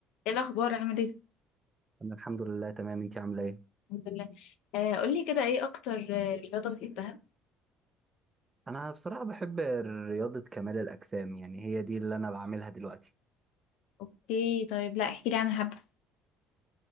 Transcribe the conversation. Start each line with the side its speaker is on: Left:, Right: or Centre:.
Left: ايه الاخبار عامل ايه
Right: انا الحمد لله تمام انتي عامله ايه
Left: الحمد لله آه قولي كده ايه اكتر آه، رياضه بتحبها
Right: انا بصراحه بحب رياضه كمال الاجسام يعني هي دي اللي انا بعملها دلوقتي
Left: اوكي طيب لا احكي لي عنها حبه